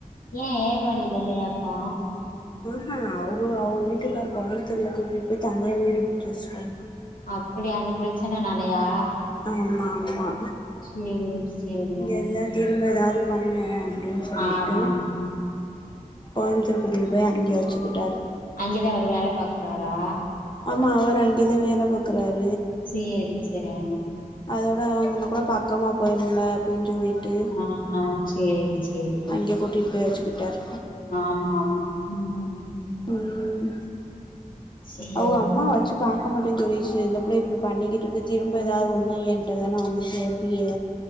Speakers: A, on the left; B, on the left.
A: ஏ ஏர்வாடில இல்லையா இப்போ
B: ஆ அவுங்க அவுங்க வீட்டுக்கார் கோயம்பத்தூர்ல கூட்டிட்டு போய் தனியா வீடு புடிச்சு வச்ட்டாங்
A: அப்டியா அந்த பிரச்சன நாலையா
B: ஆமா ஆமா
A: சேரி சேரி
B: இங்க
A: ஆ
B: இருந்தா திரும்ப ஏதாவது பண்ணு அப்டின்னு சொல்லிட்டு
A: ஆமா ஆமா
B: கோயம்பத்தூர் கூட்டிட்டு போய் அங்கேயே வச்சுக்கிட்டாரு
A: அங்கேதா அவரு வேல பாக்குறாரா
B: ஆமா அவரு அங்கேதா வேல பாக்குறாரு
A: சேரி செரி அ
B: அதோட இவன கூட பக்காமா போயிருந்த அப்டின்னு சொல்லிட்டு
A: ஆ சேரி சேரிடி
B: அங்கேயே கூட்டிட்டு போய் வச்சுக்கிட்டாரு
A: ஆமா ஆமா ம் ம்
B: ம்
A: சேரி
B: அவங்க அம்மா வெச்சு பாக்க மாட்டேன் சொல்லிச் டு இந்த பிள்ள இப்டி பண்ணிக்கிட்டு இருக்கு திரும்ப ஏதாவது ஒண்ணுனா ஏன்ட்ட தானா வந்து கேப்பியே